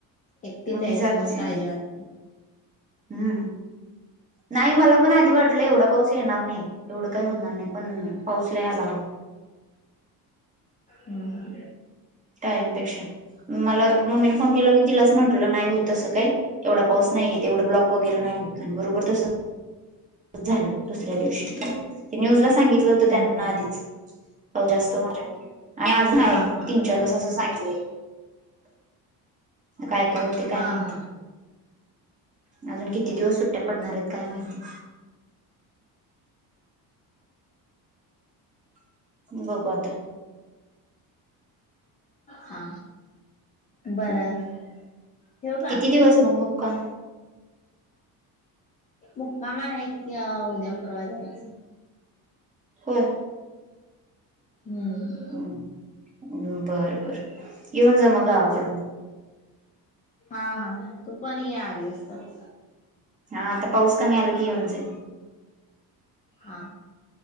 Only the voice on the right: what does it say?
मग मी
जातच
नाही
हम्म नाही मला पण आधी वाटलं एवढा पाऊस येणार नाही. एवढं काही होणार नाही पण पाऊस लई यायला अगं.
टाईमपेक्षा मला मम्मीने फोन केला मी तिलाचं म्हटलं नाही होत. तसं काही एवढा पाऊस नाहीेत तेवढ ब्लॉक वगैरे नाही होत आणि बरोबर तसं. झालं दुसऱ्या दिवशी ते न्यूज ला सांगितलं होतं
त्यांना आधीचं. जास्त माजे <unintelligible> अजून आहे
तीन चार बस असं सांगितलंय काय काय होते काय
माहिती. अजून किती दिवस सुट्ट्या पडणार आहेत काय माहिती बघू आता
हम्म
किती दिवस मग मुक्काम
हो
हम्म् बर बर येऊन जा मग गावाकडून
हा आता पाऊस कमी आला की येऊनज